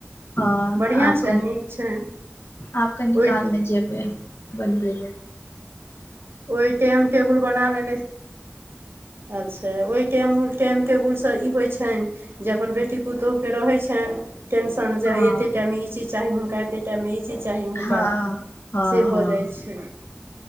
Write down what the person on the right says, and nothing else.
बढ़िआँ
छनि
नीक छनि
ओहि
ओहि टाइम टेबुल बना लेने अच्छा ओहि टाइम टाइम टेबुलसँ ई होइ छनि जे अपन बे टी पुतहुके रहै छनि टेन्शन जे
हइ एते टाइममे ई चीज चाही हुनका एते टाइममे ई चीज चाही हुनका
से भऽ
जाइ छै